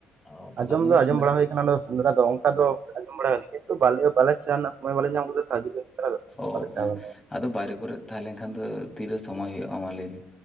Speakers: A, on the left; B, on the right.
A: ᱚ ᱛᱟᱦᱚᱞᱮ
B: ᱟᱸᱡᱚᱢ
A: ᱟᱹᱵᱤᱱ
B: ᱫᱚ ᱟᱸᱡᱚᱢ
A: ᱥᱮᱸᱫᱽᱨᱟ
B: ᱵᱟᱲᱟ ᱦᱩᱭ ᱠᱟᱱᱟ ᱾ ᱥᱮᱸᱫᱽᱨᱟ ᱫᱚ ᱚᱱᱠᱟ ᱫᱚ ᱟᱸᱡᱚᱢ ᱵᱟᱲᱟ ᱠᱟᱱ ᱜᱤᱭᱟ, ᱵᱟᱞᱮ ᱵᱟᱞᱮ ᱪᱟ ᱨᱮᱱᱟᱜ ᱥᱚᱢᱚᱭ ᱵᱟᱞᱮ ᱧᱟᱢ ᱟᱠᱟᱫᱟ ᱥᱮ ᱥᱮᱸᱫᱽᱨᱟ ᱫᱚ
A: ᱚ
B: ᱵᱟᱞᱮ
A: ᱦᱮᱸ
B: ᱪᱟ ᱠᱟᱱᱟ
A: ᱟᱫᱚ ᱵᱟᱭᱨᱮ ᱠᱚᱨᱮ ᱛᱟᱦᱮᱸ ᱞᱮᱱᱠᱷᱟᱱ ᱫᱚ ᱛᱤᱨᱮ ᱥᱚᱢᱚᱭ ᱦᱩᱭᱩᱜᱼᱟ, ᱢᱟ ᱞᱟᱹᱭᱵᱤᱱ?